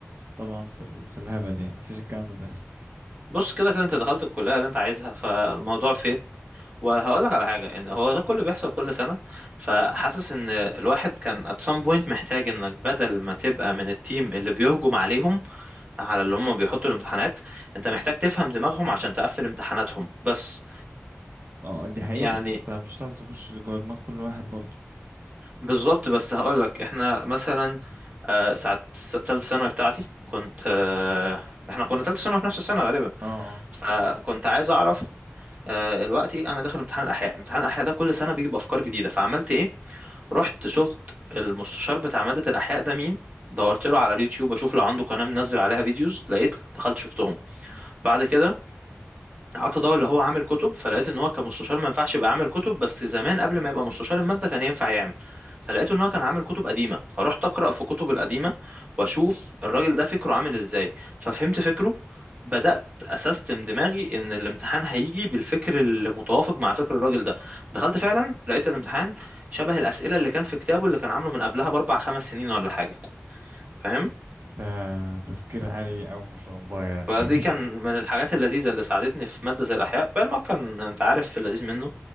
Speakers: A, on the right; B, on the right.
A: طبعا في, ال... في الهبل يعني مفيش الكلام ده بيحصل
B: بص كده كده انت دخلت الكلية اللي انت عايزها فالموضوع فير وهقول لك على حاجة ان هو ده كله بيحصل كل سنة فحاسس ان الواحد كان at some point محتاج انك بدل ما تبقى من التيم اللي بيهجم عليهم على اللي هم بيحطوا الامتحانات انت محتاج تفهم دماغهم عشان تقفل امتحاناتهم بس
A: اه دي حقيقة
B: يعني
A: بس انت مش هتعرف تخش جوه دماغ كل واحد برضه
B: بالظبط بس هقولك احنا مثلا آه، ساعة س- تالتة ثانوي بتاعتي كنت آه، احنا كنا تالتة ثانوي في نفس السنة غالبا
A: اه اه
B: فكنت عايز اعرف آه، دلوقتي انا داخل امتحان الاحياء امتحان الاحياء ده كل سنة بيجيب افكار جديدة فعملت ايه رحت شفت المستشار بتاع مادة الاحياء ده مين دورت له على اليوتيوب اشوف لو عنده قناة منزل عليها فيديوز لقيت دخلت شفتهم
A: مم.
B: بعد كده قعدت ادور اللي هو عامل كتب فلقيت ان هو كمستشار ما ينفعش يبقى عامل كتب بس زمان قبل ما يبقى مستشار المادة كان ينفع يعمل فلقيت ان هو كان عامل كتب قديمة فرحت اقرا في كتب القديمة واشوف الراجل ده فكره عامل ازاي ففهمت فكره بدأت أسستم دماغي إن الامتحان هيجي بالفكر المتوافق مع فكر الراجل ده دخلت فعلا لقيت الامتحان شبه الأسئلة اللي كان في كتابه اللي كان عامله من قبلها بأربع خمس سنين ولا حاجة فاهم
A: ده تفكير عالي أوي ما شاء الله يعني
B: فدي كان من الحاجات اللذيذة اللي ساعدتني في مادة زي الأحياء بقى المواد كان أنت عارف في اللذيذ منه